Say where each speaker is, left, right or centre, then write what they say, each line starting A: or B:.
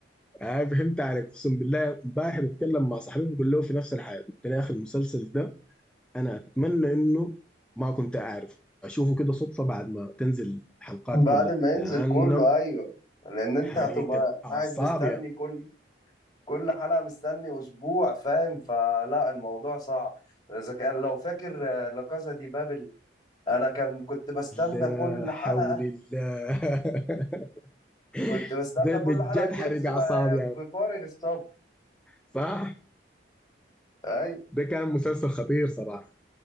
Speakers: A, in the centre; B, on the left.
A: آه فهمت عليك اقسم بالله امبارح بتكلم مع صاحبي بقول له في نفس الحاجه قلت له يا اخي المسلسل ده انا اتمنى انه ما كنت اعرفه اشوفه كده صدفه بعد ما تنزل الحلقات
B: بعد
A: كلها
B: ما ينزل
A: لانه
B: كله ايوه لان انت
A: حريقة
B: هتبقى
A: أعصاب
B: قاعد مستني كل كل حلقه مستني اسبوع فاهم فلا الموضوع صعب اذا كان لو فاكر آه، لا كازا دي بابل انا كان كنت بستنى
A: لا
B: كل
A: حول
B: حلقه
A: الله <laughs>
B: كنت بستنى
A: ده بجد
B: كل حلقه تنزل
A: حرق اعصاب
B: آه،
A: يعني
B: بفارغ الصبر
A: صح
B: ايوه
A: ده كان مسلسل خطير صراحه